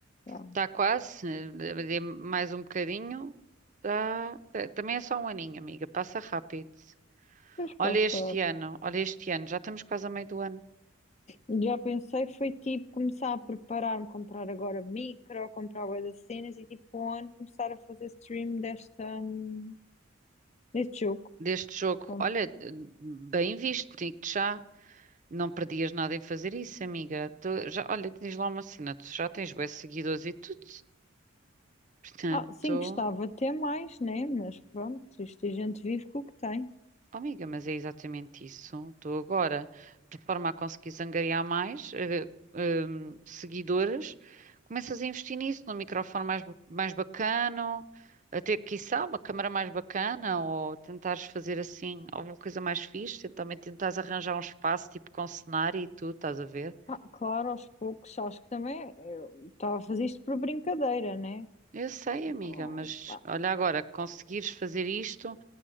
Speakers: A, on the left (about 35°); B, on the right (about 40°).
A: Yeah.
B: Está quase, eh, mais um bocadinho. Tá, tá- também é só um aninho, amiga, passa rápido.
A: Depois
B: Olha
A: passa,
B: este ano, olha este ano, já estamos quase a meio do ano
A: Já pensei, foi tipo começar a preparar-me, comprar agora micro, comprar bué das cenas e tipo on, começar a fazer stream desta, hum, deste jogo.
B: deste jogo.
A: Com-
B: Olha, bem visto, digo-te já. Não perdias nada em fazer isso, amiga. Tu já, olha, tens lá uma cena, tu já tens bué seguidores e tudo. Portanto.
A: Ah, sim, gostava até mais, né? Mas pronto, isto a gente vive com o que tem.
B: Oh, Amiga, mas é exatamente isso. Estou agora, de forma a conseguir angariar mais eh, hum, seguidores, começas a investir nisso, num microfone mais, ba- mais bacana, até, quiçá, uma câmara mais bacana, ou tentares fazer assim alguma coisa mais fixe, também tentares arranjar um espaço tipo com cenário e tudo, estás a ver?
A: Ah, claro, aos poucos, acho que também eu estava a fazer isto por brincadeira, né?
B: Eu sei, amiga,
A: Ah,
B: mas
A: pá,
B: olha agora, conseguires fazer isto,